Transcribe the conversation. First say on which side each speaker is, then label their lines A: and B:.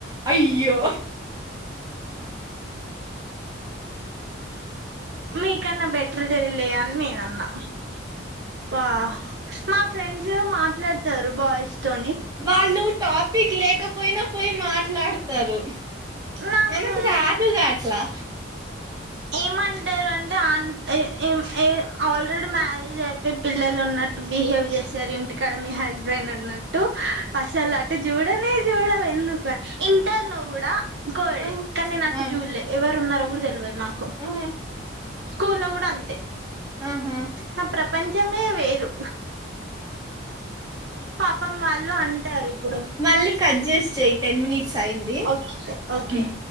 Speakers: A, on the right; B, on the right.
A: అయ్యో!
B: మీకన్నా బెటర్దేలే అన్ నేనన్నా పా మా ఫ్రెండ్స్ మాట్లాడ్తారు బాయ్స్ తోని
A: వాళ్ళు టాపిక్ లేకపోయిన పోయి మాట్లాడ్తారు.
B: నాకు
A: మనకు రాదులే అట్లా
B: ఏమంటరు అంటే ఆన్ ఎ ఎమ్ ఎమ్ ఆల్రెడీ మ్యారేజ్ అయిపోయ్ పిల్లలు ఉన్న బిహేవ్ చేస్తరు ఇంటి కాడ మీ హస్ స్బెండ్ అన్నట్టు అసలు అటు జూడనే జూడవ్ ఎందుకు ఇంటర్లో గూడా కోడే
A: ఆ
B: కానీ నెను అటు
A: ఆ
B: జూళ్ళే ఎవరున్నరో గూడా తెల్వదు నాకు
A: ఆ
B: స్కూల్లో గుడా అంతె
A: ఆహా
B: నా ప్రపంచమే వేరు పాపం వాళ్ళు అన్ టారిప్పుడు
A: మళ్ళీ కట్ చేసి చెయి టెన్ మినిట్స్ అయింది
B: ఓక్ ఒకే.
A: ఉమ్.